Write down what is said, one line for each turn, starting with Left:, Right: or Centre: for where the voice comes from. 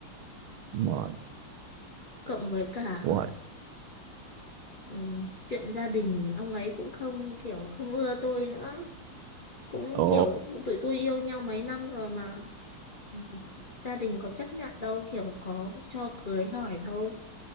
Right: Đúng rồi
Left: Cộng với cả
Right: đúng rồi
Left: ừ, chuyện gia đình ông ấy cũng không kiểu không ưa tôi nữa. cũng
Right: ồ
Left: kiểu tụi tôi yêu nhau mấy năm rồi mà ừ, gia đình có chấp nhận đâu kiểu có cho cưới hỏi đâu